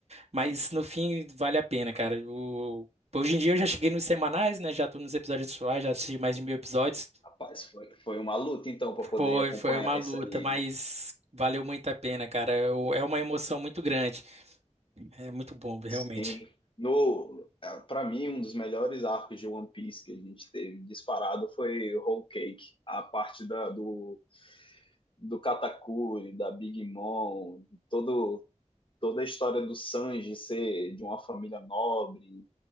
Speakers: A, on the right; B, on the left.
A: Mas no fim, vale a pena, cara. O... Hoje em dia eu já cheguei nos semanais, né? Já tô nos episódios atuais, já assisti mais de mil episódios.
B: Rapaz, foi, foi uma luta então para poder
A: Foi,
B: acompanhar
A: foi uma luta,
B: isso aí.
A: mas
B: hein?
A: valeu muito a pena, cara. Eu- É uma emoção muito grande. É muito bom, realmente.
B: Sim. No, para mim, um dos melhores arcos de One Piece que a gente teve disparado foi Whole Cake, a parte da, do, do Katakuri, da Big Mom, todo, toda a história do Sanji ser de uma família nobre,